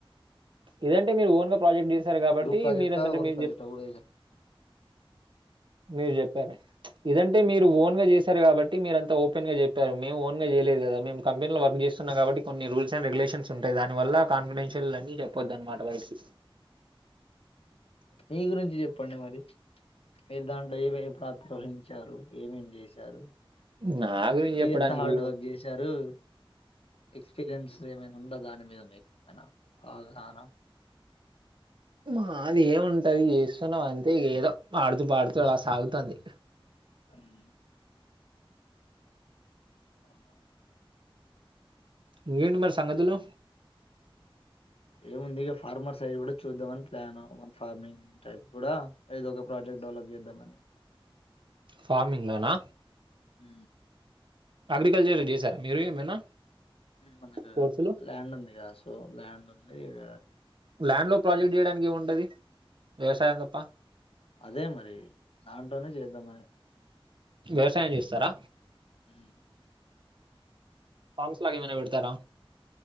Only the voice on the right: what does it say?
ఇదంటే మీరు ఓన్ గా ప్రాజెక్ట్ చేశారు కాబట్టి
మీరంతటా
మీరు
మీరు చెప్పార ఇదం అంటే మీరు ఓన్గా చేశారు కాబట్టి మీరంతా ఓ ఓపెన్ గ చెప్పారు మేము ఓన్గా చేయలేదు కద మేము కంపెనీ లో వర్క్ చేస్తున్నా కాబట్టి కొన్ని రూల్స్ అండ్ రెగ్యులేషన్ ఉంటాయి దాని వల్ల కానీఫీడెన్సియల్ అన్ని చెప్పదనుమాట బయటకి
నా గురించి చెప్పడానికి
ఏముంది
మాది ఏముంటది చేస్తున్నావు అంతే ఏదో ఆడుతూ పాడుతూ అలా సాగుత తంది
ఇంకేంటి మరి సంగతులు
ఫార్మింగ్ లొనా
అగ్రికల్చర్ చేశారా మీరు ఏమైనా
కోర్సులు?
ల్యాండ్ లో ప్రాజెక్ట్ చేయడానికి ఏముంటది వ్యవసాయం తప్ప
వ్యవసాయం చేస్తారా
ఫార్మ్స్ లాగా ఏమైనా పెడతారా